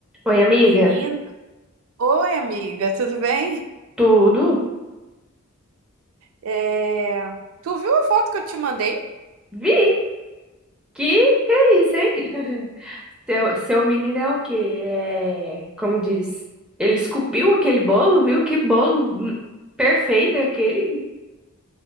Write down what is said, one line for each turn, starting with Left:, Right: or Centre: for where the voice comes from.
Centre: Oi, amiga.
Right: Menino, oi amiga, tudo bem?
Centre: Tudo?
Right: É, Tu viu a foto que eu te mandei?
Centre: Vi. Que que é isso, hein? <laughs> Seu, seu menino é o quê? Ele é, como diz, ele esculpiu aquele bolo, viu? Que bolo hum, perfeito é aquele.